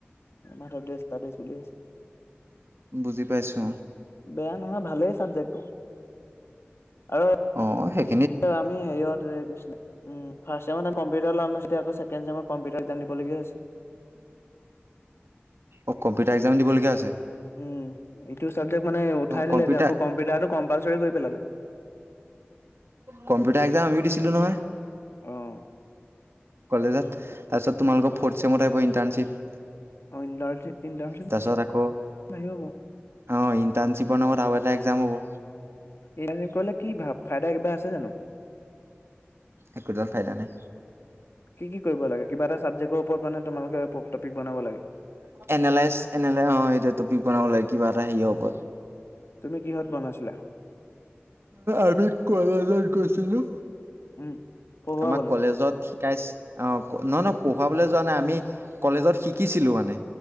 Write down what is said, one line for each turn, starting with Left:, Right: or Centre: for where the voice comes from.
Left: মাধৱদেব ষ্টাডিছ বুলি আছে।
Right: বুজি পাইছো।
Left: বেয়া নহয় ভালেই চাবজেক্টটো। আৰু
Right: অ', সেই
Left: আমি হেয়ত এই কি আছিলে, উম, ফাৰ্চ চেমত কম্পিউটাৰ লোৱা নাচি এতিয়া আকৌ ছেকেণ্ড চেমত কম্পিউটাৰ এক্সাম দিবলগীয়া হৈছে।
Right: অ', কম্পিটাৰ একজাম দিবলগীয়া হৈছে?
Left: উম, এইটো চাবজেক্ট মানে উঠাই দিলে
Right: কম্পিউটাৰ
Left: যে, আকৌ কম্পিউটাৰটো কম্পালচৰি কৰি পেলালে।
Right: কম্পিউটাৰ এক্জাম আমিও দিছিলো নহয়।
Left: অ'।
Right: কলেজত তাৰপিছত তোমালোকৰ ফৰ্থ ছেমত আহিব ইণ্টাৰ্ণশ্বিপ।
Left: <unintelligible>
Right: তাৰপিছত আকৌ অ', ইণ্টাৰ্ণশ্বিপৰ নামত আৰু এটা একজাম হ'ব।
Left: ইংৰাজীত কৰিলে কি ভাব ফাইদা কিবা আছে জানো।
Right: একোডাল ফাইদা নাই
Left: কি কি কৰিব লাগে কিবা এটা চাবজেক্টৰ ওপৰত মানে তোমালোকে টপিক বনাব লাগে,
Right: এনালাইচ এনালাই অ', সেইটো টপিক বনাব লাগে কিবা এটা হেৰি ওপৰত।
Left: তুমি কিহত বনাইছিলা?
Right: আমি কলেজত গৈছিলো।
Left: উম। পঢ়োৱা
Right: আমাক
Left: বোলে,
Right: কলেজত শিকাইছ অ', নহয়-নয়, পঢ়োৱাবলৈ যোৱা নাই আমি কলেজত শিকিছিলোঁ মানে।